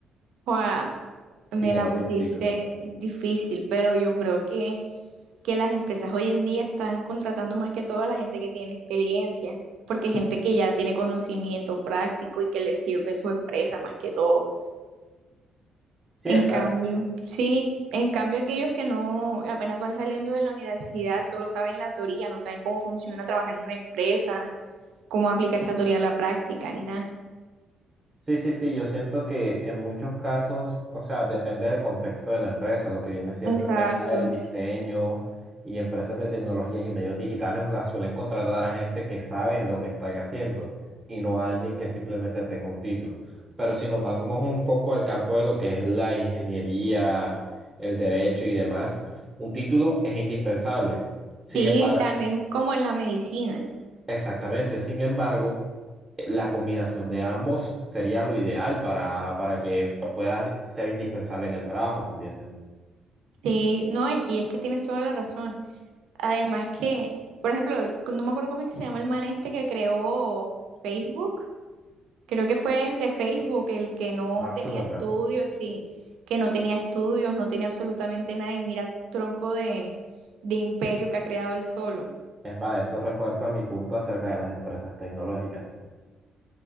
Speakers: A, on the right; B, on the right.
A: Joa, me
B: y que
A: la
B: no
A: pusiste
B: tiene un título?
A: difícil, pero yo creo que, que las empresas hoy en día están contratando más que todo a la gente que tiene experiencia, porque gente que ya tiene conocimiento práctico y que le sirve en su empresa más que todo.
B: Sí,
A: En
B: exacto.
A: cambio, sí, en cambio aquellos que no, apenas van saliendo de la universidad, solo saben la teoría, no saben cómo funciona trabajar en una empresa, cómo aplicar esa teoría a la práctica, ni nada.
B: Sí, sí, sí, yo siento que en muchos casos, o sea, depende del contexto de la empresa, lo que viene siendo
A: Exacto.
B: el tema del diseño y empresas de tecnologías y medios digitales, o sea, suelen contratar a gente que saben lo que están haciendo y no a alguien que simplemente tenga un título. Pero si nos vamos un poco al campo de lo que es la ingeniería, el derecho y demás, un título es indispensable. Sin
A: Sí,
B: embargo,
A: también como en la medicina.
B: exactamente, sin embargo. La combinación de ambos sería lo ideal para, para que puedas ser indispensable en el trabajo, ¿me entiendes?
A: Sí, no, es que, es que tienes toda la razón. Además que, por ejemplo, no me acuerdo cómo es que se llama el man este que creó Facebook. Creo que fue el de Facebook, el que no
B: Mark
A: tenía
B: Zuckerberg.
A: estudios, sí, que no tenía estudios, no tenía absolutamente nada y mira tronco de, de imperio que ha creado él solo.
B: para eso refuerza mi punto acerca de las empresas tecnológicas.